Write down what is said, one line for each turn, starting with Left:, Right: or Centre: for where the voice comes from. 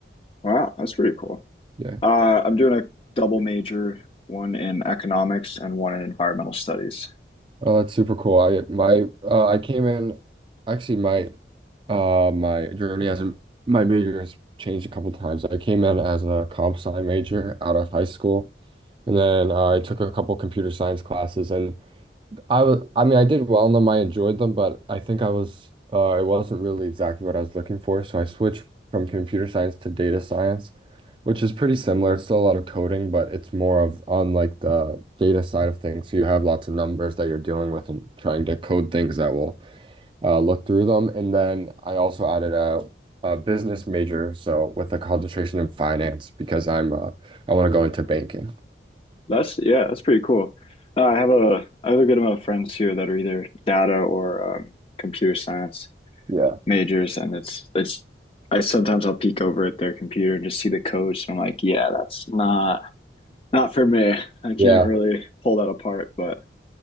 Left: Wow, that's pretty cool.
Right: Yeah.
Left: Uh, I'm doing a double major, one in economics and one in environmental studies.
Right: Oh, that's super cool. I my uh, I came in actually my uh my journey as a, my major has changed a couple times. I came in as a comp sci major out of high school, and then I took a couple computer science classes, and I was, I mean, I did well in them. I enjoyed them, but I think I was, uh, it wasn't really exactly what I was looking for. So I switched from computer science to data science, which is pretty similar. It's still a lot of coding, but it's more of on like the data side of things. So you have lots of numbers that you're dealing with and trying to code things that will uh, look through them. And then I also added a, a business major, so with a concentration in finance because I'm, uh, I want to go into banking.
Left: That's yeah, that's pretty cool. Uh, I have a I have a good amount of friends here that are either data or um, computer science
Right: Yeah.
Left: majors, and it's it's I sometimes I'll peek over at their computer and just see the codes, and I'm like, yeah, that's not not for me. I can't
Right: Yeah,
Left: really pull that apart, but